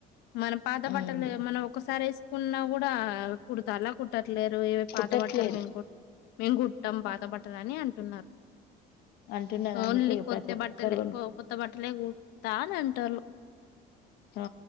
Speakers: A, on the left (about 85°); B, on the left (about 70°).
A: మన పాత
B: హ్మ్.
A: బట్టలే మనం ఒకసారి వేసుకున్నా కూడా కుడతాలా కు లేరు ఏవ పాత
B: కుట్టట్లేదు
A: భట్టలు కూ మేం కూడ బత బట్టదని అంటే న్నారు
B: అంటున్నారు.
A: ఓన్లీ
B: అందుకే ఇగ
A: కొత్త
B: ప్రతి ఒక్కరు
A: బట్టలే
B: గొను
A: కొత్త బట్టలే కుతా అని అంటారు
B: ఆ